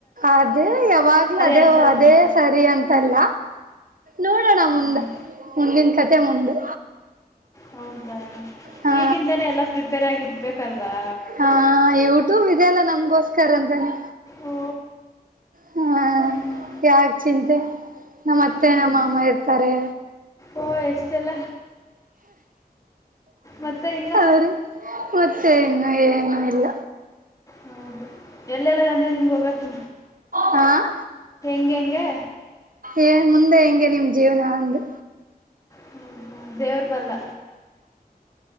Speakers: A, on the right (about 60°); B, on the left (about 20°).
A: ಅದೇ ಯಾವಾಗ್ಲೂ ಅದೇ
B: ಅನ್ಸಲ್ವಲ್ಲ
A: ಅದೇ ಸರಿ ಅಂತಲ್ಲ ನೋಡಣ ಮುಂದ
B: ಹ್ಮ್.
A: ಮುಂದಿನ್ ಕತೆ ಮುಂದೆ
B: ಹೌದಾ
A: ಹಾ
B: ಈಗಿಂದಾನೇ ಎಲ್ಲ ಪ್ರಿಪೇರ್ ಆಗಿರ್ಬೇಕಲ್ವಾ
A: ಹಾ ಯೂಟ್ಯೂಬ್ ಇದೆಲ್ಲ ನಮ್ಗೋಸ್ಕರ ಅಂತಾನೆ
B: ಓ
A: ಹಾ
B: ಹ್ಮ್,
A: ಯಾಕ್ ಚಿಂತೆ ನಮ್ಮತ್ತೆ
B: ಹೌದು
A: ನಮ್ಮ ಮಾಮ ಇರ್ತಾರೆ
B: ಓ ಎಷ್ಟೆಲ್ಲ ಮತ್ತೆ ಇನ್ನ
A: ಅವ್ರು ಮತ್ತೆ ಇನ್ನು ಏನು ಇಲ್ಲ
B: ಹೌದು ಎಲ್ಲೆಲ್ ಗಂದ್ರೆ ನಿಮ್ಗೆ ಹೋಗತ್
A: ಆಹ್
B: ಗೆಂಗೆ
A: ಏ ಮುಂದೆ ಹೆಂಗೆ ನಿಮ್ ಜೀವ್ನ ಅಂದೆ
B: ಹೌದಾ ದೇವ್ರ್ ಬಲ್ಲ